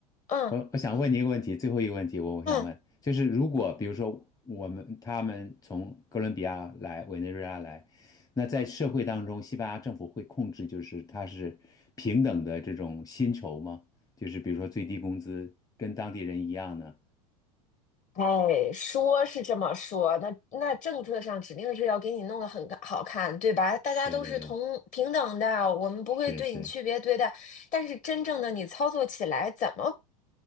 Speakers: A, on the left; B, on the left.
A: 嗯。
B: 我我想问你一个问题，最后一个问题我我想问，
A: 嗯
B: 就是如果比如说我们他们从哥伦比亚来，委内瑞拉来，那在社会当中，西班牙政府会控制就是它是平等的这种薪酬吗？就是比如说最低工资跟当地人一样呢？
A: 哎，说是这么说，那那政策上指定是要给你弄得很好看，对吧？大家都是同平等的，
B: 对对对，
A: 我们不会对你区别对待。
B: 是是。
A: 但是真正的你操作起来，怎么